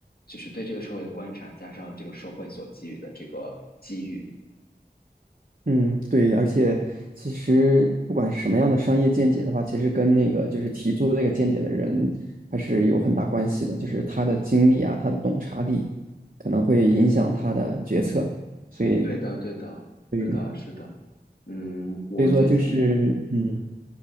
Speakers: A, on the left (about 60°); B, on the right (about 55°).
A: 就是对这个社会的观察，加上这个社会所给予的这个机遇。
B: 嗯，对，而且其实不管是什么样的商业见解的话，其实跟那个就是提出这个见解的人还是有很大关系的，就是他的经历啊，他的洞察力可能会影响他的决策，所以，
A: 对的，对的，
B: 对，
A: 是的，是的。嗯，我最近
B: 所以说就是，嗯